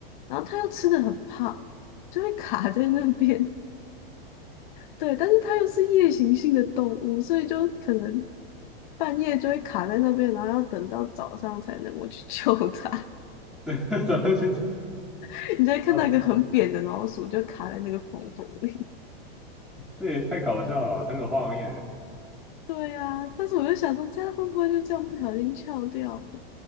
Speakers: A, on the left (about 50°); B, in the centre.
A: 然后它又吃的很胖，就会卡在那边，对，但是它又是夜行性的动物，所以就可能半夜就会卡在那边，然后要等到早上才能够去 <laughs> 救它。
B: <laughs> 怎么去讲？
A: <laughs> 你就会看到一个很扁的老鼠，
B: 哦，
A: 就卡在那个缝缝里。
B: 这也太搞笑了吧，很有画面耶。
A: <laughs> 对呀、但是我就想说，它会不会就这样不小心翘掉了？